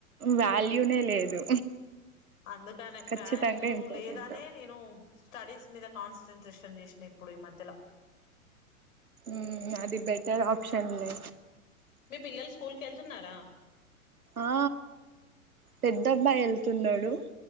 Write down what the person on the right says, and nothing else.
వాల్యూనే లేదు.
ఖచ్చితంగా
ఇంపార్టెంట్
ఉమ్మ్ అది బెటర్ ఆప్షన్లే
ఆ పెద్దబ్బాయి వెళ్తున్నాడు